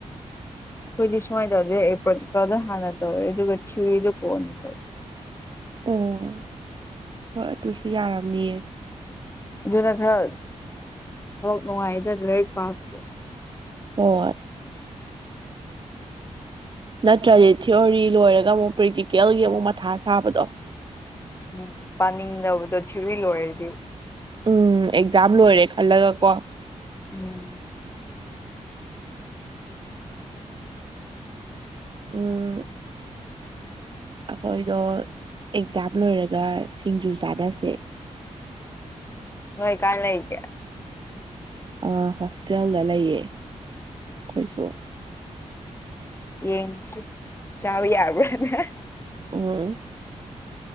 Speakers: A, on the left; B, on the right.
A: ꯑꯈꯣꯏꯗꯤ ꯁꯨꯃꯥꯏꯗꯗꯤ ꯑꯦ ꯄ꯭ꯔꯣꯇꯤꯀꯥꯜꯗ ꯍꯥꯟꯅ ꯇꯧꯔꯦ ꯑꯗꯨꯒ ꯊꯤꯌꯔꯤꯗꯣ ꯀꯣꯟꯅ ꯇꯧꯌꯦ
B: ꯎꯝ ꯍꯣꯏ ꯑꯗꯨꯁꯨ ꯌꯥꯔꯝꯅꯤꯌꯦ
A: ꯑꯗꯨꯅ ꯈꯔ ꯊꯕꯛ ꯅꯨꯡꯉꯥꯏꯗ ꯂꯥꯏꯔꯤꯛ ꯄꯥꯕꯁꯦ
B: ꯑꯣ ꯅꯠꯇ꯭ꯔꯗꯤ ꯊꯤꯑꯣꯔꯤ ꯂꯣꯏꯔꯒ ꯑꯃꯨꯛ ꯄ꯭ꯔꯦꯛꯇꯤꯀꯦꯜꯒꯤ ꯑꯃꯨꯛ ꯃꯊꯥ ꯁꯥꯕꯗꯣ
A: ꯎꯝ ꯄꯥꯅꯤꯡꯗꯕꯗꯣ ꯊꯤꯌꯣꯔꯤ ꯂꯣꯏꯔꯦꯗꯤ
B: ꯎꯝ ꯑꯦꯛꯖꯥꯝ ꯂꯣꯏꯔꯦ ꯈꯜꯂꯒ ꯀꯣ
A: ꯎꯝ
B: ꯎꯝ ꯑꯈꯣꯏꯗꯣ ꯑꯦꯛꯖꯥꯝ ꯂꯣꯏꯔꯒ ꯁꯤꯡꯖꯨ ꯆꯥꯟꯅꯁꯦ
A: ꯅꯣꯏ ꯀꯥꯏ ꯂꯩꯥꯏꯒꯦ
B: ꯑ ꯍꯣꯁꯇꯦꯜꯗ ꯂꯩꯌꯦ ꯑꯈꯣꯏꯁꯨ
A: ꯌꯦꯡꯁꯦ ꯆꯥꯕ ꯌꯥꯕ꯭ꯔꯥꯅ
B: ꯎꯝ